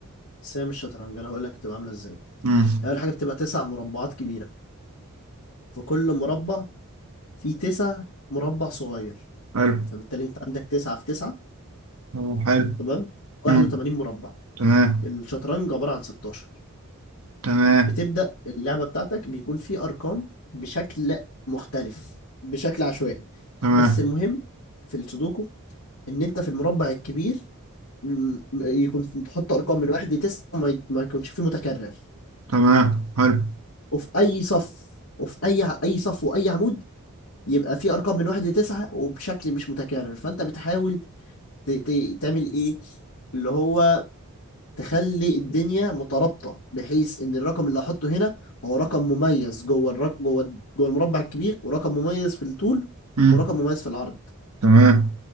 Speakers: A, on the left; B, on the right.
A: بس هي مش شطرنج انا هقول لك بتبقى عامله ازاي
B: امم
A: هي اول حاجه بتبقى تسع مربعات كبيره في كل مربع في تسع مربع صغير
B: حلو
A: فبالتالي انت عندك تسعة في تسعة
B: اه، حلو
A: تمام 81
B: امم
A: مربع
B: تمام
A: الشطرنج عباره عن 16
B: تمام
A: بتبدأ اللعبة بتاعتك بيكون في أرقام بشكل مختلف بشكل عشوائي
B: تمام
A: بس المهم في السودوكو إن أنت في المربع الكبير م- يكون تحط أرقام من واحد لتسعة وما ي- ما يكونش فيه متكرر
B: تمام حلو
A: وفي أي صف وفي أي ع- أي صف وأي عمود يبقى في أرقام من واحد لتسعة وبشكل مش متكرر فأنت بتحاول ت- ت- تعمل إيه اللي هو تخلي الدنيا مترابطه بحيث ان الرقم اللي هحطه هنا هو رقم مميز جوه الرق... جوه جوه المربع الكبير ورقم مميز في الطول
B: مم.
A: ورقم مميز في العرض
B: تمام